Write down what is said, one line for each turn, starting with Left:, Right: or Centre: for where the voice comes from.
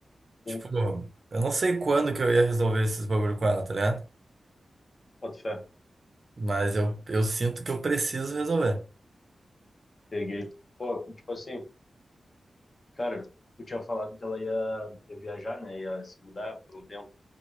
Left: Sim,
Right: Tipo, eu não sei quando que eu ia resolver esses bagulho com ela, tá ligado?
Left: boto fé.
Right: Mas eu, eu sinto que eu preciso resolver.
Left: Peguei. Pô, tipo assim, cara, eu tinha falado que ela ia, ia viajar, né? Ia se mudar por um tempo.